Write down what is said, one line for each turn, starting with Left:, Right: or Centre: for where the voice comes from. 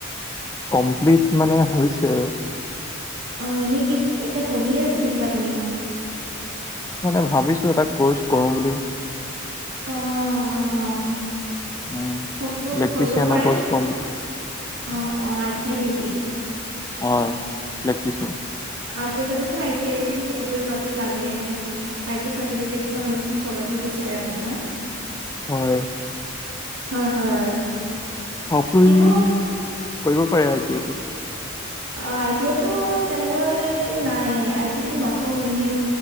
Left: কমপ্লিট মানে হৈছে।
Right: অ', এনে কি এতিয়া পঢ়িয়ে আছে নেকি আপুনিও?
Left: মানে ভাবিছো এটা কৌৰ্চ কৰো বুলি।
Right: অ', অ'।
Left: উম
Right: কৰিব
Left: ইলেক্ট্ৰিচিয়ানৰ
Right: কৰিব পাৰে,
Left: কৰ্চ কৰিম
Right: অ' অ' আই টি আই নেকি?
Left: হয়, ইলেকট্ৰিচিয়ান।
Right: আজিকালিো আই টি আইতো বহুতলতে লাগে। আই টি চাৰ্টিফিকেট আজিকালি চবতে বিচাৰে আপোনাৰ।
Left: হয়।
Right: হয়, হয়।
Left: আপুনি
Right: শিকিব মই
Left: কৰিব পাৰে আই টি আইটো।
Right: অ', আই টি আইটো তেনেকুৱাই নাই আই টি আই টো নকৰো এনেও